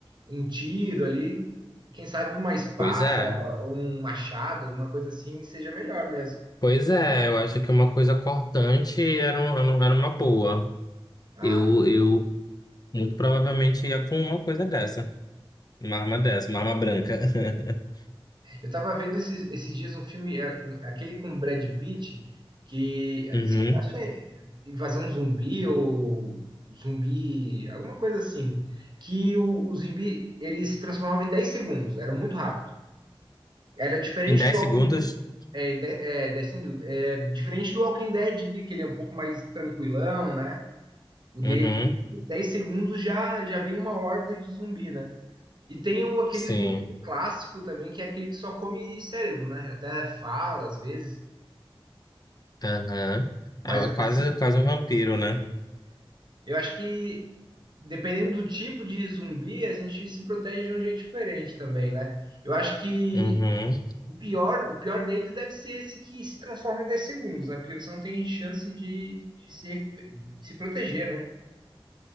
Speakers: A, on the right (about 50°); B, on the left (about 45°).
A: Um tiro ali, quem sabe uma espada,
B: Pois é.
A: ou um machado, alguma coisa assim, seja melhor mesmo.
B: Pois é, eu acho que uma coisa cortante era, um- era um- era uma boa.
A: Ah,
B: Eu, eu muito provavelmente ia com uma coisa dessa. Uma arma dessa, uma arma branca. <laughs>
A: Eu tava vendo esses, esses dias um filme, é, aquele com Brad Pitt, que acho
B: Uhum.
A: que é Invasão Zumbi ou Zumbi, alguma coisa assim, que o, o zumbi ele se transformava em 10 segundos, era muito rápido. Era diferente
B: Em 10
A: do Walking,
B: segundos?
A: é, de- é, 10 segundos, é, diferente do Walking Dead ali, que ele é um pouco mais tranquilão, né? O dele,
B: Uhum.
A: em 10 segundos já já vem uma horda de zumbi, né? E tem um, aqueles
B: Sim.
A: zumbi clássico também, que é aquele que só come cérebro, né? Até fala às vezes.
B: Aham.
A: Mas
B: É
A: assim,
B: quase, quase um vampiro, né?
A: eu acho que dependendo do tipo de zumbi, a gente se protege de um jeito diferente também, né? Eu acho que
B: Uhum.
A: o pior, o pior deles deve ser esse que se transforma em 10 segundos, né? Porque você não tem chance de, de se, recu- se proteger, né?